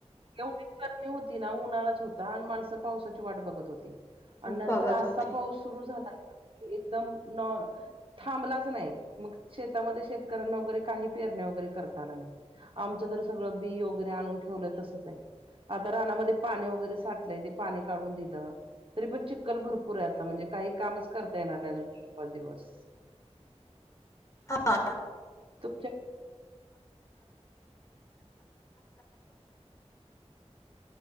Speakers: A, on the right (about 50°); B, on the left (about 25°).
A: एवढीच गरमी होती ना, उन्हाळाच होता आणि माणसं पावसाची वाट बघत होती. आणि नंतर
B: बघत
A: असा
B: होते
A: पाऊस सुरू झाला एकदम नॉ थांबलाच नाही मग, शेतामध्ये शेतकऱ्यांना वगैरे काही पेरण्या वगैरे करता आलं नाही. आमचं जर सगळं बी वगैरे, आणून ठेवलय तसंच. आता रानामध्ये पाणी वगैरे साठलेय ते पाणी काढून दिलं तरी पण ची चिकल भरपूर आहे आता म्हहणजे काही कामच करता येणार नाही अजून तीन, पाच दिवस
B: हा.
A: तुमच्या